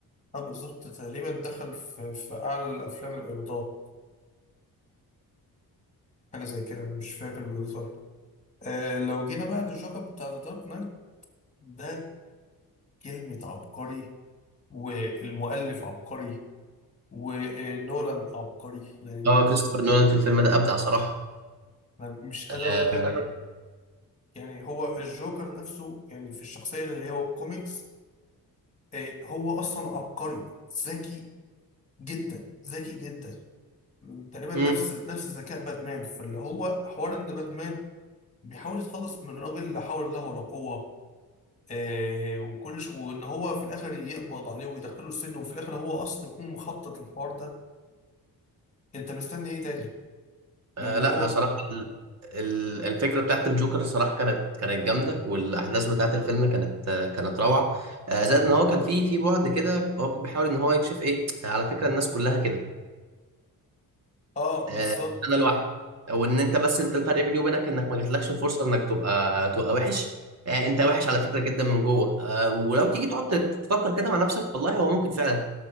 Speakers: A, on the left; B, on the right.
A: انا بالظبط تقريبا دخل في, في اعلى الافلام الايرادات حاجه زي كده أنا مش فاكر بالظبط آه لو جينا بقى للجوكر بتاع ذا دارك نايت ده كلمه عبقري والمؤلف عبقري ونولان عبقري يعني
B: اه كريستوفر نولان في الفيلم ده ابدع صراحه
A: انا مش قادر
B: آه،
A: اقول لك يعني هو الجوكر نفسه يعني في الشخصيه اللي هو الكوميكس آه، هو اصلا عبقري ذكي جدا ذكي جدا تقريبا
B: امم
A: نفس نفس ذكاء باتمان فاللي هو حوار ان باتمان بيحاول يتخلص من الراجل لا حول له ولا قوة آه وكل ش... وان هو في الاخر يقبض عليه ويدخله السجن وفي الاخر هو اصلا يكون مخطط للحوار ده انت مستني ايه تاني
B: آه
A: يعني
B: لا
A: هو
B: صراحة ال- ال- الفكرة بتاعت الجوكر صراحة كانت كانت جامدة والأحداث بتاعت الفيلم كانت آه كانت روعة آه زائد إن هو كان في في بعد كده هو كان بيحاول إن هو يكشف إيه آه، على فكرة الناس كلها كده
A: اه
B: آه
A: بالظبط
B: أنا لوحدي وإن أنت بس أنت الفرق بيني وبينك إنك ما جاتلكش الفرصة إنك تبقى تبقى وحش آه أنت وحش على فكرة جدا من جوه آه ولو تيجي تقعد تت- تفكر كده مع نفسك والله هو ممكن فعلا